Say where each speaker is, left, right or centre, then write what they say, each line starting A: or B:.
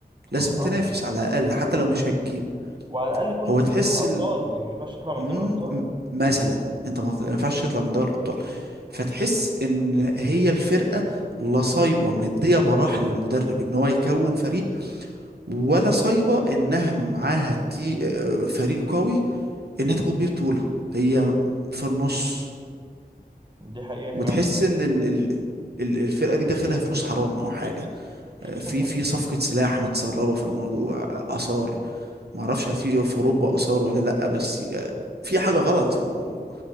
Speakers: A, on the right (about 80°); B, on the right (about 30°).
A: لازم
B: طبعا اه
A: تنافس على الاقل حتى لو مش هتجيب
B: وعلى الاقل كل
A: هو
B: سنه
A: تحس
B: في دوري الابطال
A: ال...
B: يعني ما ينفعش تطلع
A: مم،
B: من دوري الابطال
A: م- مثلا انت ما ما ينفعش تطلع من دوري الابطال فتحس ان هي الفرقه لصايبه مديه براح للمدرب ان هو يكون فريق ولا صايبة انها معاها تي آه، فريق قوي انها تاخد بيه بطولة هي
B: مم.
A: في النص
B: دي حقيقه
A: وتحس
B: فعلا
A: ان ال ال ال- الفرقة دي داخلها فلوس حرام او حاجة آه،
B: <laughs>
A: في في صفقة سلاح متسربة في الموضوع آه، آثار معرفش هل في في اوروبا آثار ولا لأ بس آه، في حاجة غلط في الموضوع